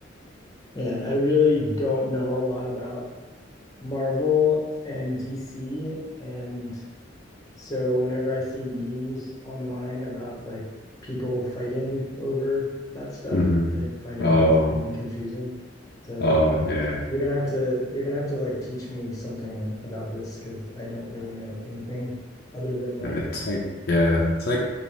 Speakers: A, on the left (about 20°); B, on the left (about 55°).
A: man, I really don't know a lot about Marvel and DC and so whenever I see memes online about like people fighting over that stuff,
B: hmm
A: I find it
B: Oh,
A: really funny and confusing. So
B: oh yeah.
A: You're gonna have to you're gonna have to like teach me something about this because I don't really know anything other than like
B: And It's like yeah, it's like